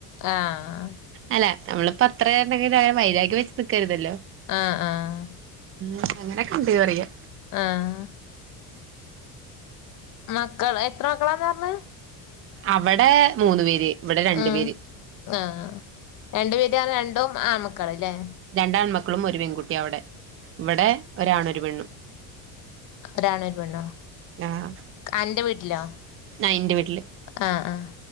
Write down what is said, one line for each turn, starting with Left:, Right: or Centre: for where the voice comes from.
Left: ആഹ്
Right: അല്ല നമ്മളിപ്പ അത്രയാ എന്തേങ്കിലായ വൈരാഗ്യം വെച്ച് നിക്കരുതല്ലോ
Left: ആഹ് ആഹ്
Right: ആ അങ്ങനെക്കെ ഇണ്ട് പറയാ
Left: ആഹ് മക്കള് എത്ര മക്കളാന്നാ പർഞ്ഞേ
Right: അവടേ മൂന്ന് പേര് ഇവിടെ രണ്ടു
Left: ഉം
Right: പേര്
Left: ആഹ് രണ്ടു വീട്ടിലാന്നെ രണ്ടും ആമക്കള് ലെ
Right: രണ്ടാൺമക്കളും ഒരു പെൺകുട്ടി അവടെ ഇവടെ ഒരാണും ഒരു പെണ്ണും
Left: ഒരാണൊരു പെണ്ണും
Right: ആഹ്
Left: അന്റെ വീട്ട്ലോ
Right: ആഹ് ഇന്റെ വീട്ടില്
Left: ആഹ് ആഹ്